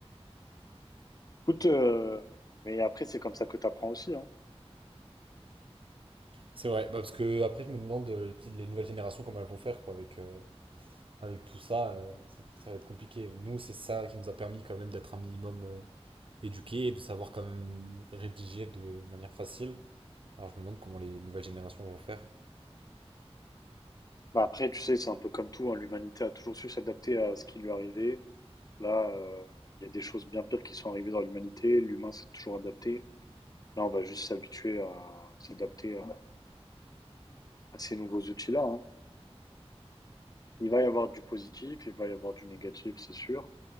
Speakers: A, on the left (about 35°); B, on the right (about 55°).
A: Écoute, euh, mais après, c'est comme ça que tu apprends aussi, hein.
B: C'est vrai, bah, parce que après je me demande euh, les petites, les nouvelles générations comment elles vont faire, quoi, avec, euh, avec tout ça, euh, ça, ça va être compliqué. Nous, c'est ça qui nous a permis quand même d'être un minimum euh, éduqués et de savoir quand même rédiger de manière facile. Alors, je me demande comment les nouvelles générations vont faire.
A: Bah, après, tu sais, c'est un peu comme tout, hein. L'humanité a toujours su s'adapter à ce qui lui arrivait. Là, euh, il y a des choses bien pires qui sont arrivées dans l'humanité. L'humain s'est toujours adapté. Là, on va juste s'habituer à s'adapter à, à ces nouveaux outils-là, hein. Il va y avoir du positif, il va y avoir du négatif, c'est sûr,